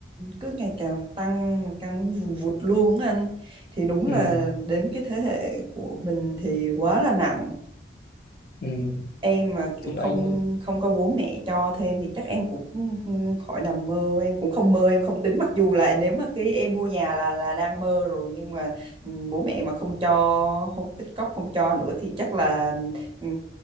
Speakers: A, on the right; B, on the left.
A: cứ ngày càng tăng mà tăng vùn vụt luôn á anh thì đúng là
B: ừ,
A: đến cái thế hệ của mình thì quá là nặng
B: ừ.
A: em mà kiểu
B: thì anh
A: không không có bố mẹ cho thêm thì chắc em cũng khỏi nằm mơ em cũng không mơ em không tính mặc dù là nếu mà cái em mua nhà là là đang mơ rồi nhưng mà ừ, bố mẹ mà không cho không tích cóp không cho nữa thì chắc là ừ,